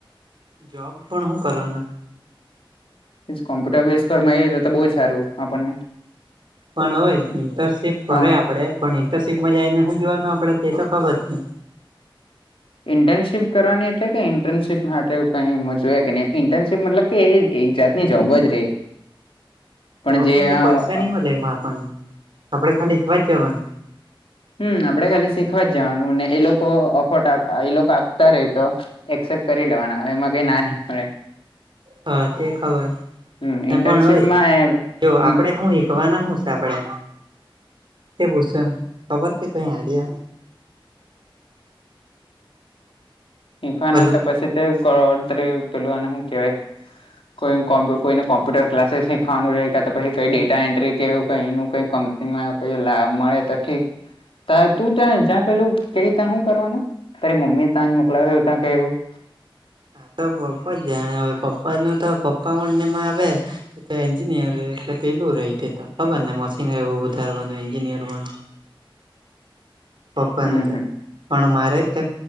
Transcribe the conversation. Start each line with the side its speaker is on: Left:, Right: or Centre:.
Right: જોબ પણ હું કરવા?
Left: કોમ્પ્યુટર બેઝ પર મળી તો બહ સારું આપણને
Right: પણ હોય ઇન્ટર્નશીપ કરે
Left: હા
Right: આપડે પણ ઇન્ટર્નશીપમાં જઈને શું જોવાનું આપડે તે તો ખબર ન
Left: ઇન્ટર્નશીપ કરવાની એટલે કે ઇન્ટર્નશીપ માટે કજ કે? ઇન્ટર્નશીપ મતલબ કે એક જાતની જોબ જ રે. પણ
Right: જોબ
Left: જે
Right: ની
Left: હમ
Right: તો પૈસા નની મળ લે એમાં આપણને આપડે ખાલી એકવા જ જવાનું.
Left: હમ આપડે ખાલી શીખવા જ જવાનું ને એ લોકો અફોટ એ લોકો આપતા રે તો એક્સેપ્ટ કરી લેવાના એમાં કઈ ના નહી મળે
Right: હા તે ખબર
Left: હમ
Right: ને
Left: ઇન્ટર્નશીપમાં
Right: પણ હોય જો
Left: હમ
Right: આપડે હું શીખવાના હું છે. આપડે તે પૂછન ખબર કે કંઈ આઈડિયા
Left: શીખવાના
Right: હલો
Left: તો પછી તે કરોડતરી પેલુંને શું કેવાય કોઈ કોઈને કોમ્પુટર ક્લાસ શીખવાનું રહે પછ કઈ ડેટા એન્ટ્રી કેવ કઈ કઈ ક લાભ મળે તો ઠીક. ત તું ત્યા જ્યાં પેલું ક ત્યાં શું કરવાનું તારી મમ્મી ત્યાં જ મોકલાવેું ત્યાં કું
Right: હા તો પપ્પા જ જાણે હવે પપ્પા નું તો પપ્પા મંનેમાં આવે તો એન્જિનિયર એટલે પેલું રહી તે તો ખબર ને મશીન એવું ઉધારવાનું એન્જિનિયર પણ પપ્પ
Left: હમ
Right: ન હતું
Left: હમ
Right: પણ મારે તે